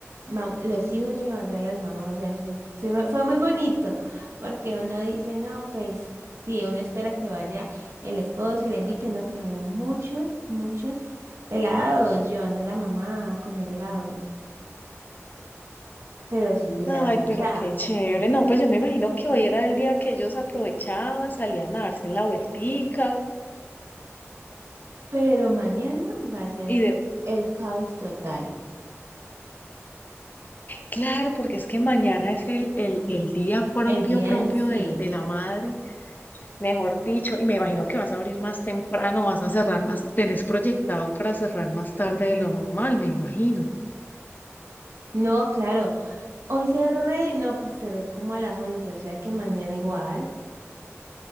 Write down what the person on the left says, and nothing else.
Ay,
pero
qué chévere. No, pues yo me imagino que hoy era el día que ellos aprovechaban, salían a darse en la vueltica.
Y de,
claro, porque es que mañana es el, el, el día propio,
propio
de, de la madre. Mejor dicho, y me imagino que vas a abrir más temprano, vas a cerrar más, tenés proyectado para cerrar más tarde de lo normal, me imagino.